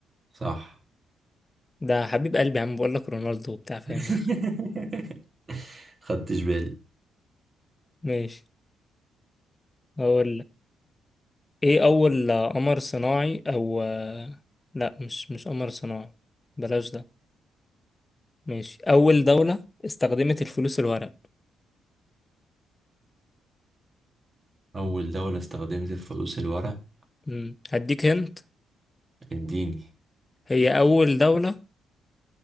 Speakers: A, on the right (about 30°); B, on the left (about 20°).
A: صح
B: ده حبيب قلبي يا عم بقول لك رونالدو وبتاع فاهم
A: <laughs> خدتش بالي
B: <laughs> ماشي هو ايه اول آه، قمر صناعي او آه، لا مش مش قمر صناعي بلاش ده ماشي اول دولة استخدمت الفلوس الورق
A: أول دولة استخدمت الفلوس الورق
B: مم. هديك هنت
A: اديني
B: هي اول دولة